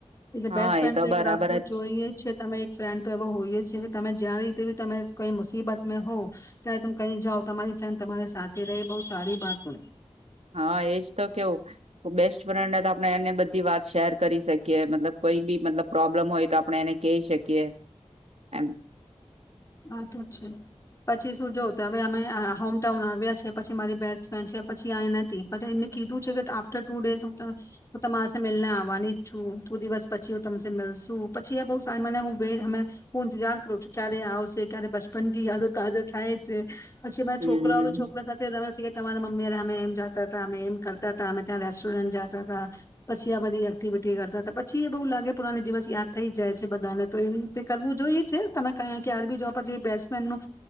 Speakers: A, on the left (about 25°); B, on the right (about 70°).
A: એટલે
B: હા
A: બેસ્ટ ફ્રેન્ડ
B: એ
A: તો
B: બરાબર
A: એક રાખવું
B: જ
A: જોઈએ છે તમે એક ફ્રેન્ડ તો એવો હોઈએ છે કે તમે જ્યાં તે તમે કઈ મુસીબત મેં હો ત્યા તમ કઈ જાઓ તમારી ફ્રેન્ડ તમારી સાથે રહે બહુ સારી બાત હોય.
B: હા, એજ તો કેવું બેસ્ટ ફ્રેન્ડ તો આપને એને બધી વાત શેર કરી શકીએ મતલબ કોઈ બી મતલબ પ્રોબ્લમ હોય તો આપડે એને કહી શકીએ એમ.
A: આ તો છે પછી શું જો તો હવે અમે હોમટાઉન આવ્યા છે પછી મારી બેસ્ટ ફ્રેન્ડ છે પછી આ નથી પછી એમને કીધું છે કે આફ્ટર ટુ ડેઝ હું ત તો તમાર તો મિલને આવવાની જ છું. ટુ દિવસ પછી હું તમસે મિલ્શુ પછી અહ બહુ સારી મને હું વેડ હું ઇન્તજાર કરું છું ક્યારે આવ એ ક્યારે બચપન કી યાદો તાજા થાય છે. પછી અમા
B: હમ
A: છોકરા બી છોકરા સાથે રમે સી કાઈ તમારા મમ્મીને અમે એમ જાતા હતા અમે એમ કરતા હતા અમે ત્યાં રેસ્ટોરન્ટ જતા હતા પછી આ બધી એક્ટિવિટી કરતા હતા પછી એ બહુ લાગે પુરાની દિવસ યાદ થઈ જાય છે બધાને તો એવી રીતે કરવું જોઈએ છે તમે ક ક્યાર બી જોબ પછી બેસ્ટ ફ્રેન્ડ નું